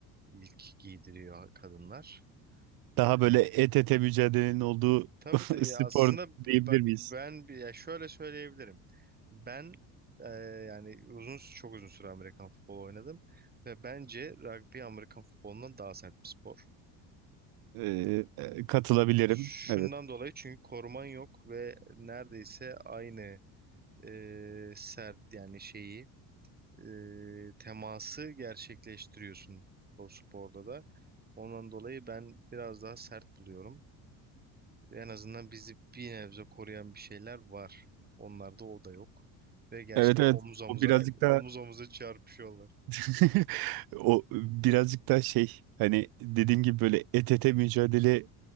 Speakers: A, on the right (about 25°); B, on the right (about 60°).
A: ilk giydiriyor kadınlar.
B: Daha
A: E,
B: böyle et ete mücadelenin olduğu
A: Tabii
B: <laughs>
A: tabii
B: spor
A: ya aslında b-
B: diyebilir
A: bak
B: miyiz?
A: ben bir ya şöyle söyleyebilirim. Ben e, yani uzun çok uzun süre Amerikan futbolu oynadım ve bence rugby Amerikan futbolundan daha sert bir spor.
B: Ee, e, katılabilirim.
A: Şundan
B: Evet.
A: dolayı çünkü koruman yok ve neredeyse aynı e, sert yani şeyi e, teması gerçekleştiriyorsun o sporda da. Ondan dolayı ben biraz daha sert buluyorum. Ve en azından bizi bir nebze koruyan bir şeyler var. Onlarda o da yok. Ve gerçekten
B: Evet evet.
A: omuz omuza
B: O birazcık daha
A: omuz omuza çarpışıyorlar.
B: <laughs> o birazcık daha şey hani dediğim gibi böyle et ete mücadele